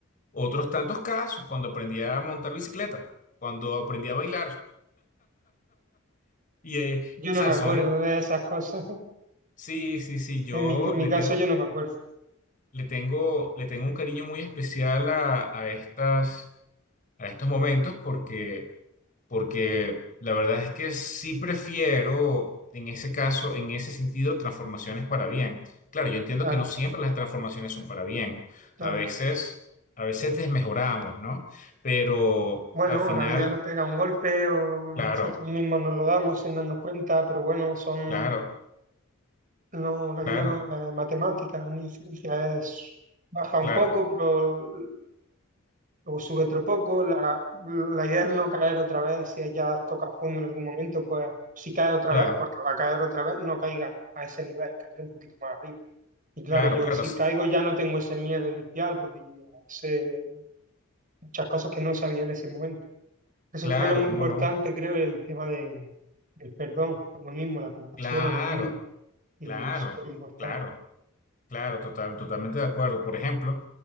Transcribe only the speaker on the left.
otros tantos casos cuando aprendí a montar bicicleta, cuando aprendí a bailar. Y, eh,
o sea,
son,
sí, sí, sí, yo
le
tengo,
le tengo, le tengo un cariño muy especial a, a estas, a estos momentos porque... porque la verdad es que sí prefiero, en ese caso, en ese sentido, transformaciones para bien. Claro, yo entiendo
que no siempre las transformaciones son para bien.
A veces, a veces desmejoramos, ¿no? Pero
al final,
claro,
claro,
claro,
claro,
claro,
claro,
claro,
claro,
¿cómo
no?
Claro,
claro,
claro.
Claro, total, totalmente de acuerdo. Por ejemplo,